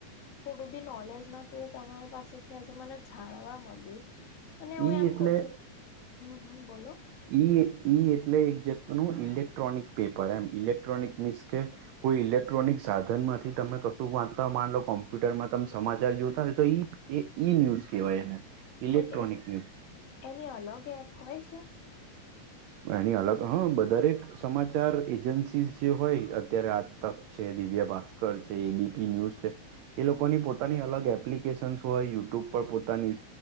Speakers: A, on the left; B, on the right.
A: થોડું બી નોલેજ નતું, એ તમારી પાસેથી આજે મને જાણવા મલ્યું. અને હું
B: ઈ
A: એમ
B: એટલે
A: કઉ છું, હમ હમ બોલો.
B: ઈ ઈ એટલે એક જાતનું ઇલેક્ટ્રોનિક પેપર એમ, ઇલેક્ટ્રોનિક મિન્સ કે કોઈ ઇલેક્ટ્રોનિક સાધનમાંથી તમે કશું વા ત માન લો કોમ્પ્યુટરમાં તમ સમાચાર જોતા હોય તો, ઈ એ ઈ ન્યૂઝ કહેવાય એને. ઇલેક્ટ્રોનિક
A: ઓકે.
B: ન્યૂઝ
A: એની અલગ એપ હોય છે?
B: એની અલગ હા, બ દરેક સમાચાર એજન્સીસ જે હોય અત્યારે આજ તક છે, દિવ્યા ભાસ્કર છે, એબીપી ન્યુઝ છે. એ લોકોની પોતાની અલગ એપ્લિકેશનસ હોય, યુટ્યુબ પર પોતાની